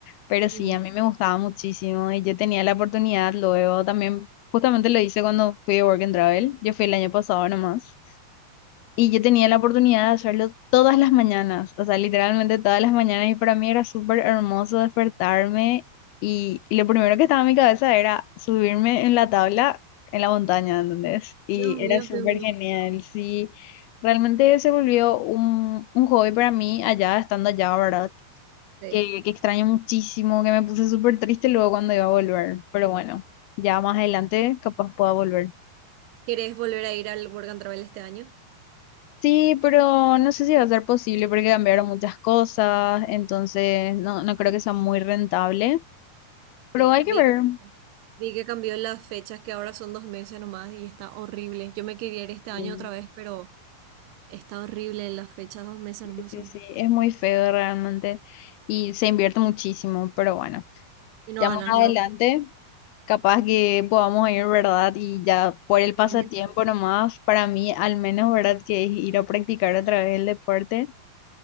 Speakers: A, on the left (about 75°); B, on the right (about 80°).
A: Pero sí,
B: Mm.
A: a mí me gustaba muchísimo y yo tenía la oportunidad luego también, justamente lo hice cuando fui a Work and Travel, yo fui el año pasado nomás, y yo tenía la oportunidad de hacerlo todas las mañanas, o sea, literalmente todas las mañanas. Y para mí era súper hermoso despertarme. Y, y lo primero que estaba en mi cabeza era subirme en la tabla en la montaña, ¿entendés? Y
B: Dios mío,
A: era súper
B: qué gusto.
A: genial. Sí, realmente se volvió un, un hobby para mí allá, estando allá, ¿verdad?
B: Sí.
A: Que, que extraño muchísimo, que me puse súper triste luego cuando iba a volver. Pero bueno, ya más adelante capaz pueda volver.
B: ¿Querés volver a ir al Work and Travel este año?
A: Sí, pero no sé si va a ser posible porque cambiaron muchas cosas, entonces no, no creo que sea muy rentable, pero
B: Sí.
A: hay
B: Vi
A: que ver.
B: que, vi que cambió las fechas, que ahora son dos meses nomás y está horrible. Yo me quería ir este año
A: Mm.
B: otra vez, pero está horrible las fechas, dos meses
A: Sí,
B: nomás
A: sí,
B: son.
A: sí, es muy feo realmente y se invierte muchísimo, pero bueno,
B: Y no
A: ya
B: ganas
A: más adelante
B: lo.
A: capaz que podamos ir, ¿verdad? Y ya por el pasatiempo
B: cambia todo.
A: nomás, para mí al menos, ¿verdad? Que es ir a practicar otra vez el deporte